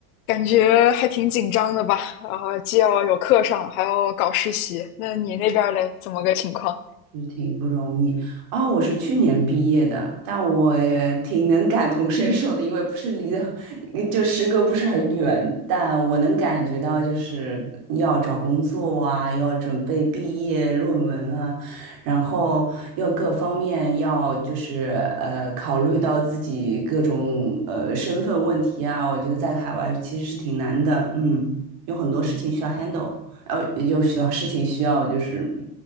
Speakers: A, on the left; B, on the right.
A: 感觉还挺紧张的吧？然后既要有课上，还要搞实习。那你那边儿嘞，怎么个情况？
B: 是挺不容易啊、我是去年毕业的，但我也挺能感同身受的，因为不是离的，<laughs> 就时隔不是很远，但我能感觉到就是要找工作啊，要准备毕业论文啊，然后要各方面要就是呃考虑到自己各种呃身份问题啊，我觉得在海外其实是挺难的，嗯，有很多事情需要 handle。呃，有许多事情需要就是